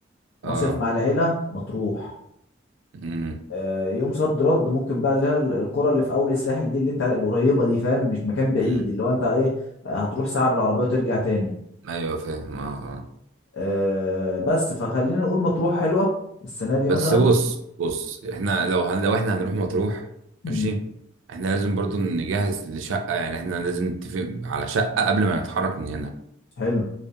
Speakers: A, on the right; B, on the left.
A: اه
B: مصيف مع العيله مطروح
A: امم
B: آه، يوم صد رد ممكن بقى اللي هي ال- القرى اللي في اول الساحل دي اللي انت على- القريبه دي فاهم مش مكان بعيد
A: امم
B: اللي هو انت ايه آه، هتروح ساعه بالعربيه وترجع تاني
A: ايوه فاهم اه آه.
B: آه، بس فخلينا نقول مطروح حلوه السنه دي مثلا
A: بس بص بص احنا لو هن... لو احنا هنروح مطروح ماشي
B: امم
A: احنا لازم برضو نجهز لشقة يعني احنا لازم نتفق على شقة قبل ما نتحرك من هنا
B: حلو